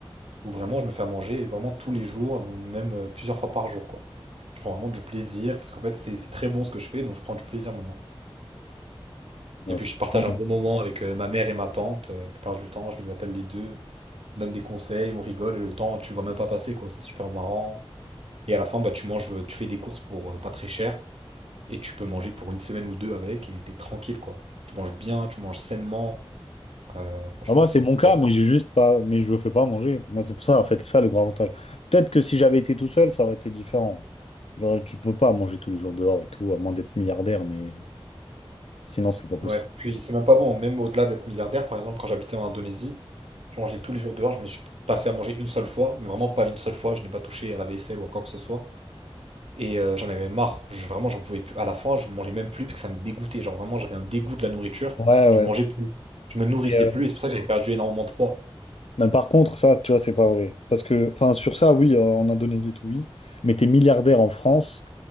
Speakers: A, on the right (about 80°); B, on the left (about 80°).
A: où vraiment je me fais à manger vraiment tous les jours, même euh, plusieurs fois par jour, quoi. Je prends vraiment du plaisir parce qu'en fait, c'est c'est très bon ce que je fais, donc je prends du plaisir maintenant.
B: Là,
A: Et puis, je partage
B: franchement.
A: un bon moment avec euh, ma mère et ma tante. euh, la plupart du temps, je les appelle les deux, on donne des conseils, on rigole et le temps, tu le vois même pas passer, quoi. C'est super marrant. Et à la fin, bah, tu manges, euh, tu fais des courses pour euh, pas très cher. et tu peux manger pour une semaine ou deux avec et t'es tranquille quoi. Tu manges bien, tu manges sainement. euh, franchement,
B: Ah, moi,
A: c'est
B: c'est mon
A: c'est
B: cas,
A: top.
B: mais j'ai juste pas, mais je ne fais pas à manger. Moi, c'est pour ça, en fait, c'est ça le grand avantage. Peut-être que si j'avais été tout seul, ça aurait été différent. Genre, tu peux pas manger tous les jours dehors et tout, à moins d'être milliardaire, mais sinon, c'est pas possible.
A: Ouais. Puis c'est même pas bon, même au-delà d'être milliardaire, par exemple, quand j'habitais en Indonésie, je mangeais tous les jours dehors, je me suis pas fait à manger une seule fois, mais vraiment pas une seule fois, je n'ai pas touché à la vaisselle ou à quoi que ce soit. Et euh, j'en avais marre, je- vraiment j'en pouvais plus. À la fin, je ne mangeais même plus parce que ça me dégoûtait. Genre vraiment, j'avais un dégoût de la nourriture,
B: Ouais,
A: je
B: ouais.
A: mangeais plus, je me nourrissais
B: Et, euh,
A: plus, et c'est pour ça que j'avais perdu énormément de poids.
B: mais par contre, ça, tu vois, c'est pas vrai. Parce que, enfin, sur ça, oui, euh, en Indonésie, tout, oui. Mais t'es milliardaire en France.